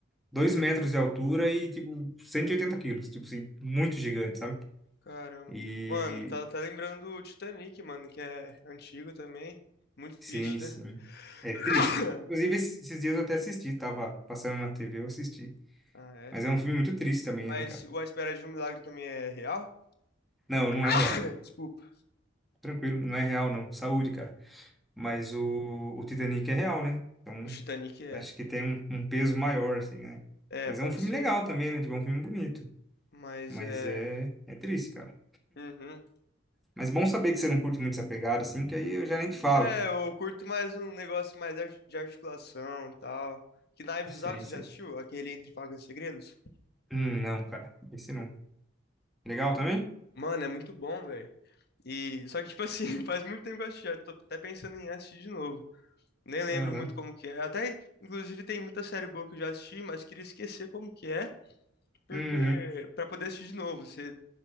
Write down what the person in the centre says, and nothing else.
2 metros de altura e, tipo, 180 quilos. Tipo assim, muito gigante, sabe?
E...
Sim,
sim.
É triste.
Inclusive, esses esses dias eu até assisti, tava passando na TV, eu assisti.
Mas é um filme muito triste também,
né, cara?
Não, não
é real.
Tranquilo, não é real, não. Saúde, cara. Mas o, o Titanic é real, né? Então,
acho que tem um, um peso maior, assim, né?
Mas
é um filme
legal também, né? Tipo, é um filme bonito.
Mas
é, é triste, cara.
Mas bom saber que você não curte muito essa pegada, assim, que aí eu já nem te falo.
Isso
aí, isso
Hum, não, cara. Esse não. Legal também?
Aham.
Uhum.